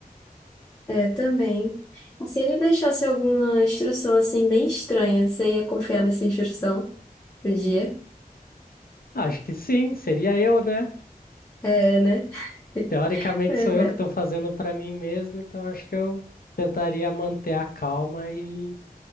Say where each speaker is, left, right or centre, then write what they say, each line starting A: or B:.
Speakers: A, on the left; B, on the left.
A: É, também. E se ele deixasse alguma instrução, assim, bem estranha, você ia confiar nessa instrução pro dia?
B: Acho que sim, seria eu, né?
A: É, né?
B: Teoricamente
A: <laughs> Verdade.
B: sou eu que estou fazendo para mim mesmo, então acho que eu tentaria manter a calma e,